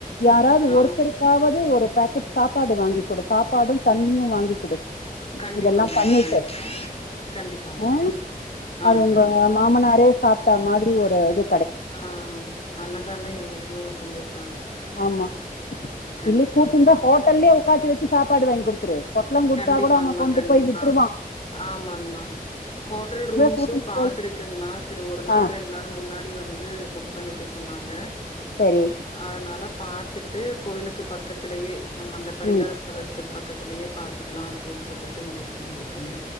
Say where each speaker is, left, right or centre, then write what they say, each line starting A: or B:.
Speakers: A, on the left; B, on the left.
A: யாராவது
B: ஆ
A: ஒருத்தருக்காவது ஒரு பாக்கெட் சாப்பாடு வாங்கி் கொடு சாப்பாடு தண்ணியு வாங்கி் கொடு
B: கண்டிப்பாங்மா
A: இதெல்லாம் பண்ணிட்டு
B: கண்டிப்பா கண்டிப்பாங்மா
A: ஆ
B: ஆ
A: அது உங்க
B: கண்டிப்பாங்க
A: மாமனாரே சாப்ட்டா மாரி ஒரு அது
B: ஆ அண்ணதான என்னைக்குமே உகந்தது
A: ஆமா
B: கண்டிப்பாங்க
A: இல்ல கூட்டின்ற ஹோட்டல்லயே உக்க்காத்தி வச்சு சாப்பாடு வாங்கி கொடுத்துரு பொட்லோ கொடுத்தா
B: கண்டிப்பாங்மா
A: கூட அவ கொண்டு
B: கண்டிப்பா.
A: போய் வி்த்ருவா
B: ஆமாங்மா ஹோட்டல் ரூம்ஸு
A: கூட்டிட்டு
B: பாத்துருக்ங்மா
A: போய்
B: செரி ஒரு நாள்
A: ஆ
B: ரெண்ட் நாள் முன்னாடி வந்து புக் பண்ணிக்க சொ சொன்னாங்க
A: சரி
B: ஆனால பாத்துட்டு கோயிலுக்கு பக்கத்திலயே நம்ம அந்த பரிகாரஸ்தலத்துக்கு
A: ம்
B: பக்கத்திலயே பாத்துக்லா அப்டின் சொல்லிட்டு முடிவு பண்ணிருக்குங்க